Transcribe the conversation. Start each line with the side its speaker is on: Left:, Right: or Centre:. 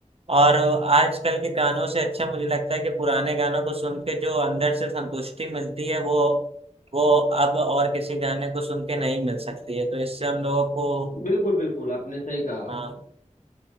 Right: और आजकल के गानों से अच्छा मुझे लगता है कि पुराने गानों को सुन के जो अंदर से संतुष्टि मिलती है वो वो अब और किसी गाने को सुन के नहीं मिल सकती है तो इससे हम लोगों को
Left: बिल्कुल बिल्कुल आपने सही कहा
Right: हाँ